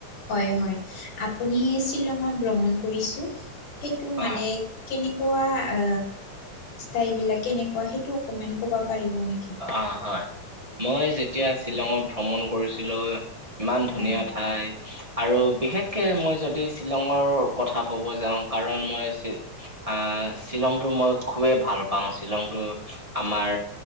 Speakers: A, on the left; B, on the right.
A: হয় হয় আপুনি শ্বিলঙত ভ্ৰমণ কৰিছোঁ সেইটো
B: অ
A: মানে কেনেকুৱা আ ষ্টাইলবিলাক কেনেকুৱা সেইটো অকমেণ্ট ক'ব পাৰিব নে
B: আ হয় মই যেতিয়া শ্বিলঙত
A: হয়
B: ভ্ৰমণ কৰিছিলো ইমান ধুনীয়া
A: হয়
B: ঠাই আৰু বিশেষকে মই যদি শ্বিলঙৰ কথা ক'ব যাওঁ কাৰণ মই শ্বি আহ শ্বিলংটো মই খুবেই ভাল পাওঁ, শ্বিলংটো আমাৰ